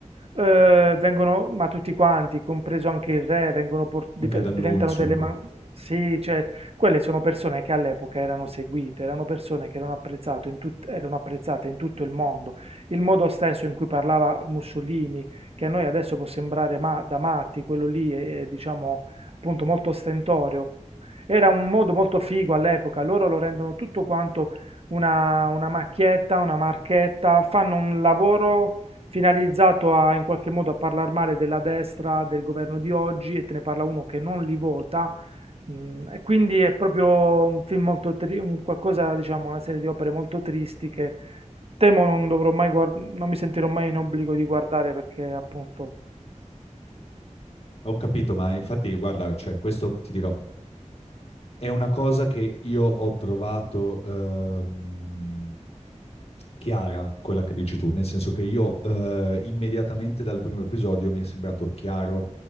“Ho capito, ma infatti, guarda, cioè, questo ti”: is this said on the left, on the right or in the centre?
Left